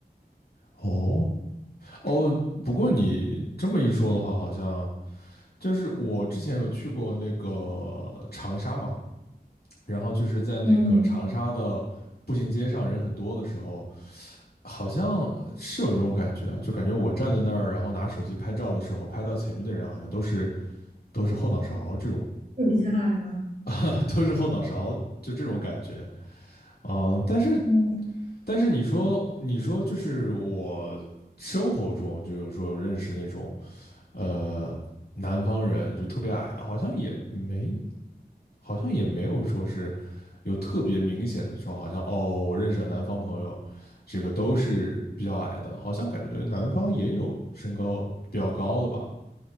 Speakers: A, on the left; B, on the right.
A: 哦哦，不过你这么一说的话，好像就是我之前有去过那个长沙嘛，然后就是在那个长沙的步行街上人很多的时候，
B: 嗯，
A: 好像是有这种感觉啊，就感觉我站在那儿，然后拿手机拍照的时候，拍到前面的人好像都是都是后脑勺这种，
B: 嗯比较矮吗？
A: <laughs> 都是后脑勺就这种感觉，嗯，但是
B: 嗯，
A: 但是你说你说就是我生活中就有时候有认识那种呃南方人就特别矮的，好像也没好像也没有说是有特别明显的说，好像哦，我认识的南方朋友，这个都是比较矮的，好像感觉南方也有身高比较高的吧，